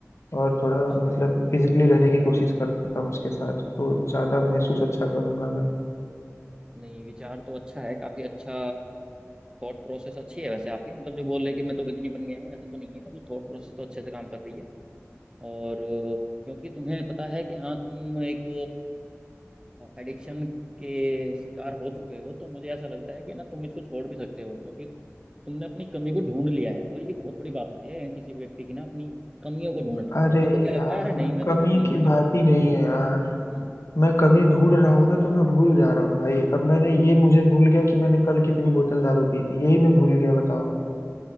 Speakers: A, on the left; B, on the right.
A: और थोड़ा
B: हो अच्छा
A: मतलब फिजिकली रहने की कोशिश करता हूँ उसके साथ तो ज़्यादा
B: ठीक
A: महसूस
B: है।
A: अच्छा करूंगा मैं
B: नहीं विचार तो अच्छा है काफी अच्छा थॉट प्रोसेस अच्छी है वैसे आपकी मतलब जो बोल रहे कि मैं तो गजनी बन गया हूँ ऐसा तो नहीं है मतलब थॉट प्रोसेस तो अच्छे से काम कर रही है और अ, क्योंकि तुम्हें पता है कि हाँ तुम एक एडिक्शन के शिकार हो चुके हो तो मुझे ऐसा लगता है कि ना तुम इसको छोड़ भी सकते हो क्योंकि तुमने अपनी कमी को ढूंढ लिया है और ये बहुत बड़ी बात होती है किसी व्यक्ति की ना अपनी कमियों को ढूंढना
A: अरे
B: मतलब हमको क्या
A: यार
B: लगता है अरे नहीं मैं
A: कमी
B: तो कुछ नहीं
A: की
B: मैं तो
A: बात
B: ठीक हूँ
A: ही नहीं है यार
B: हम्म,
A: मैं कमी ढूंढ रहा हूँ ना तो मैं भूल जा रहा हूँ भाई अब मैंने ये मुझे भूल गया कि मैंने कल कितनी बोतल दारू पी थी यही मैं भूल गया बताओ